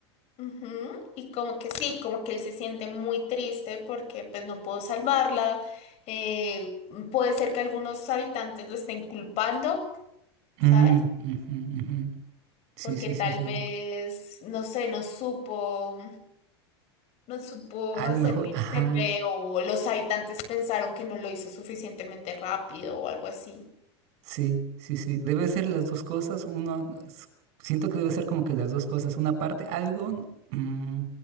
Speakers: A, on the left; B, on the right.
A: Ujú, Y como que sí, como que él se siente muy triste porque pues no pudo salvarla. Eh, puede ser que algunos habitantes lo estén culpando,
B: Mm,
A: ¿sabes?
B: ujú, ujú. Sí,
A: porque
B: sí,
A: tal
B: sí, sí.
A: vez, no sé, no supo, no supo
B: A
A: hacer
B: lo mejor,
A: el
B: ajá,
A: TP o los habitantes pensaron que no lo hizo suficientemente rápido o algo así.
B: sí, sí, sí. Debe ser las dos cosas. Uno, s- siento que debe ser como que las dos cosas. Una parte, algo, mm,